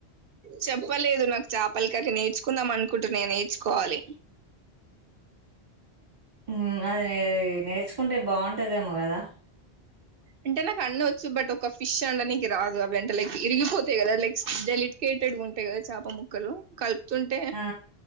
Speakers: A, on the right; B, on the right.
A: చెప్పలేదు నాకు చేపల కర్రీ నేర్చుకుందాం అనుకుంటున్నా నేర్చుకోవాలి
B: ఊమ్మ్ అది నే నేర్చుకుంటే బావుంటదేమో కదా
A: అంటే నాకు అన్నీ వచ్చు బట్ ఒక ఫిష్ ఒండనీకి రాదు అవి అంటే లైక్ ఇరిగిపోతాయి కదా లైక్స్ డెలిట్ కేటెడ్ గా ఉంటాయి కదా చాప ముక్కలు కల్ తుంటే
B: ఆ